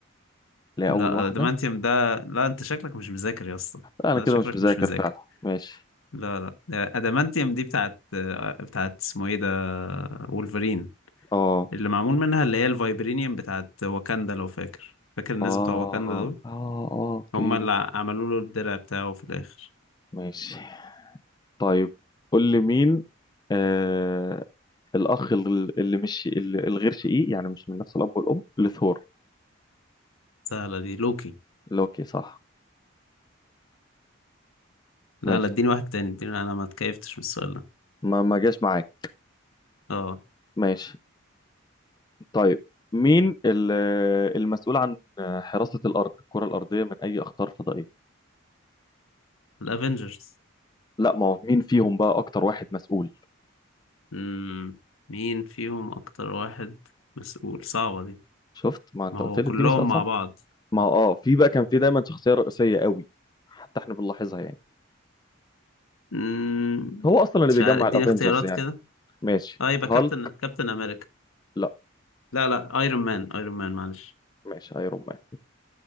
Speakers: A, on the left; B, on the left.
A: اللي هي
B: لا
A: اول واحده
B: أدمانتيوم ده لا أنت شكلك مش مذاكر يا اسطى
A: لا، انا
B: لا،
A: كده
B: شكلك
A: مش مذاكر
B: مش مذاكر
A: فعلا ماشي
B: لا لا أدمانتيوم دي بتاعت بتاعت اسمه إيه ده وولفرين
A: اه
B: اللي معمول منها اللي هي الفايبرينيوم بتاعت واكاندا لو فاكر فاكر الناس
A: اه اه
B: بتوع واكاندا دول
A: آه، اوكي
B: هما اللي عملوا له الدرع بتاعه في الاخر
A: ماشي طيب قول لي مين آه الاخ ال- اللي مش اللي الغير شقيق يعني مش من نفس الاب والام لثور
B: سهلة دي لوكي
A: لوكي صح
B: لا
A: ماشي
B: لا اديني واحد تاني اديني انا ما اتكيفتش من السؤال ده
A: ما ما جاش معاك
B: اه
A: ماشي طيب مين ال- المسؤول عن حراسة الأرض الكرة الأرضية من أي أخطار فضائية
B: الافينجرز
A: لا ما هو مين فيهم بقى أكتر واحد مسؤول
B: امم مين فيهم اكتر واحد مسؤول صعبة دي
A: شفت ما أنت
B: ما هو
A: قلت لي
B: كلهم
A: اديني سؤال صعب
B: مع بعض
A: ما هو آه في بقى كان في دايما شخصية رئيسية قوي حتى إحنا بنلاحظها يعني
B: امم
A: هو أصلا اللي
B: مش
A: بيجمع
B: عارف اديني
A: الأفينجرز
B: اختيارات
A: يعني
B: كده
A: ماشي
B: اه يبقى كابتن
A: هالك
B: كابتن امريكا
A: لا
B: لا لا ايرون مان ايرون مان معلش
A: ماشي ايرون مان